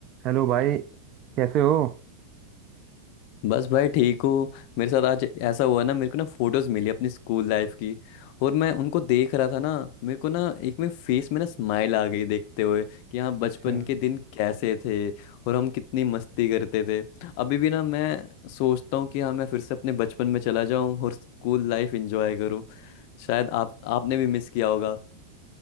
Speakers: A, on the right; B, on the left.
A: Hello भाई कैसे हो
B: बस भाई ठीक हूँ मेरे साथ आज ऐसा हुआ ना मेरे को ना फोटोज मिली अपनी स्कूल लाइफ की और मैं उनको देख रहा था ना मेरे को ना एक में फेस में ना स्माइल आ गई देखते हुए कि हाँ बचपन
A: अच्छा
B: के दिन कैसे थे और हम कितनी मस्ती करते थे अभी भी ना मैं सोचता हूँ कि हाँ मैं फिर से अपने बचपन में चला जाऊँ और स्कूल लाइफ एंजॉय करूँ शायद आप आपने भी मिस किया होगा